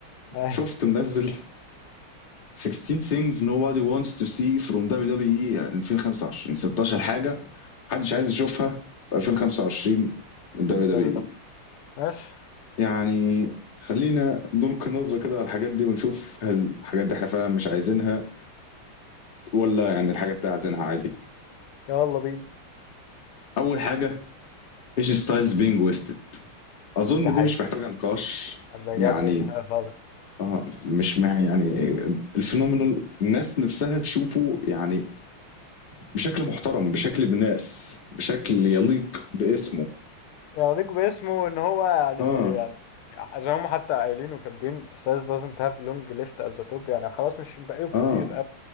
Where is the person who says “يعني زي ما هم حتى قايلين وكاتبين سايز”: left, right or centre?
Left